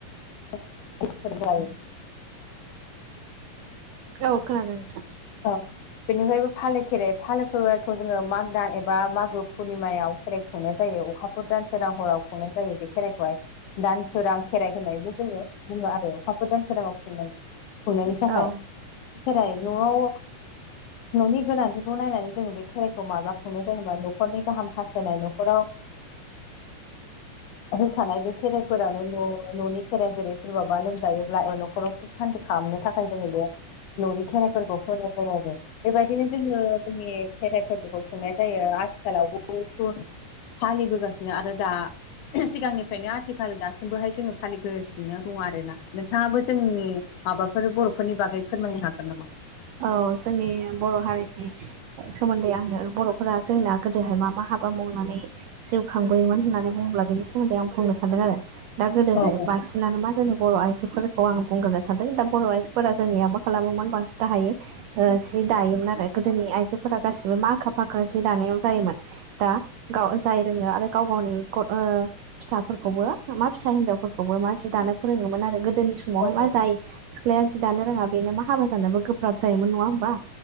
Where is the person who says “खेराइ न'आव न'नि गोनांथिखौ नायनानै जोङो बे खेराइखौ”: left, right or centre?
Left